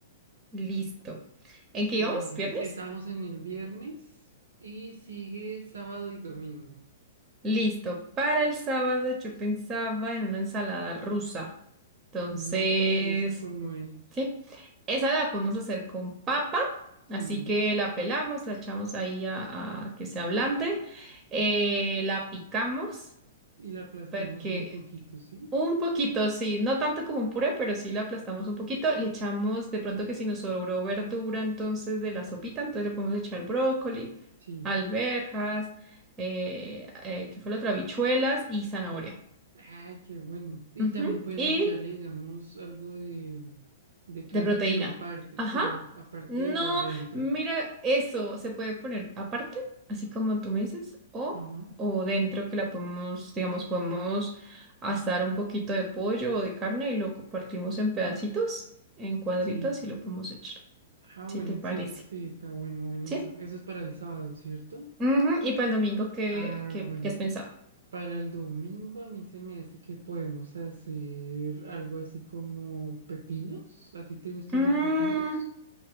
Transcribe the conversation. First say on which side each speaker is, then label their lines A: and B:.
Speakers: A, on the right (about 25°); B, on the right (about 75°).
A: Listo. ¿En qué
B: Eh,
A: íbamos? ¿Viernes?
B: estábamos en el viernes y sigue sábado y domingo.
A: Listo. Para el sábado yo pensaba en una ensalada rusa. Entonces,
B: Mm, y esa como es.
A: sí. Esa la podemos hacer con papa.
B: Sí.
A: Así que la pelamos, la echamos ahí a, a que se ablande. eh, la picamos
B: Y la aplastamos
A: porque
B: un poquito, ¿sí?
A: un poquito, sí, no tanto como un puré, pero sí lo aplastamos un poquito. Le echamos, de pronto que si nos sobró verdura entonces de la sopita, entonces le podemos echar brócoli,
B: Sí.
A: alberjas, eh, eh, ¿qué fue la otra? Habichuelas y zanahoria.
B: Ah, qué bueno. Y
A: Ujú.
B: también podemos
A: Y
B: echarle, digamos, algo de, de carne,
A: De proteína.
B: pero aparte,
A: Ajá.
B: sí, aparte
A: No,
B: o adentro.
A: mira, eso se puede poner aparte, así como tú me dices, o,
B: Ajá.
A: o dentro que la podemos, digamos, podemos asar un poquito de pollo o de carne y lo compartimos en pedacitos, en cuadritos
B: Sí.
A: y lo podemos echar,
B: Ah, bueno,
A: si te parece.
B: sí, sí, está bueno, bueno
A: ¿Sí?
B: eso. Eso es para el sábado, ¿cierto?
A: Ujú, Y para el domingo, ¿qué,
B: Ah,
A: qué,
B: bueno.
A: qué has pensado?
B: Para el domingo a mí se me hace que podemos hacer algo así como pepinos. ¿A ti te gustan
A: Mm,
B: los pepinos?